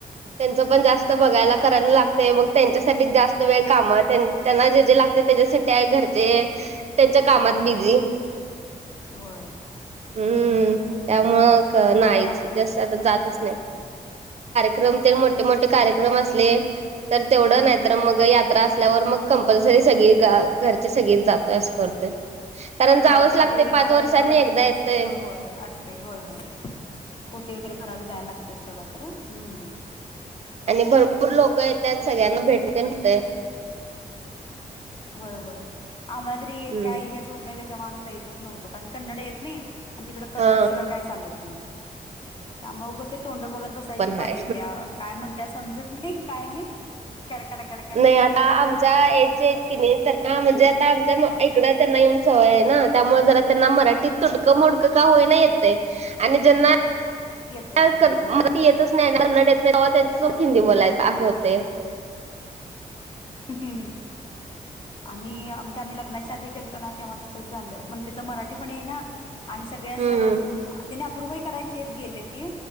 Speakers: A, on the right; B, on the left.
A: त्यांच पण जास्त बघायला करायला लागतय मग त्यांच्यासाठी जास्त. वेळ काम त्यांना जे जे लागते त्याच्यासाठी आहे. घरचे त्यांच्या कामात बिझी.
B: होय,
A: हम्म
B: ते तर आहे
A: त्यामुळं नाहीच,
B: आणि आता
A: जास्त आता जातच नाही.
B: <inaudible>
A: कोणते मोठे मोठे कार्यक्रम असले तर तेवढ नाही
B: हम्म
A: तर मग यात्रा अस- ल्यावर मग कंपलसरी सगळी गा घरचे सगळीच जातोय असं करतोय. कारण जावंच
B: होय
A: लागते
B: ओटी वगैरे
A: पाच
B: भराय
A: वर्षांनी
B: जावं लागतच.
A: एकदा येतंय.
B: होय होय असं होय हो ओटी वगैरे भरावी जायला लागते सोडा खरं, हम्म
A: आणि भरपूर लोक येत्यात सगळ्यांना भेटणं <inaudible> होत.
B: होय होय आम्हाला तरी
A: हम्म
B: काही हेच होत नाही त्याच्यामुळे आम्ही जायतच नव्हतो कारण कन्नड येत नाही. आणि तिकडं कन्नड
A: हा
B: शिवाय काय चालत नाही. त्यामुळे उगाच ते तोंड बघत बसायची
A: पण हाय.
B: पाळी येत्या. काय म्हणत्या समजत नाही, काय नाही. कडकड कड
A: नाही आता आमच्या एज चे कि नाही त्यां म्हणजे आता आमच्या इकडं त्यांना येऊन सवय आहे ना त्यामुळे जरा त्यांना मराठीत तुडकं मोड- क
B: हा
A: का होईना येतय आणि ज्यांना
B: येतय
A: मराठी
B: हा हा हा
A: येतच नाही, कन्नड येत नाही तेव्हा त्यांच्यासोबत हिंदी बोलायचं असं होतेय.
B: हम् हम् हम् आम्ही आमच्या आम्ही लग्नाच्या आधी गेलतो ना तेव्हा तसंच झालं, मला तिथं मराठी पण येईना. आणि सगळ्या अस,
A: हम्म
B: त्यानी अप्रुव्हही करायचे येत गेले की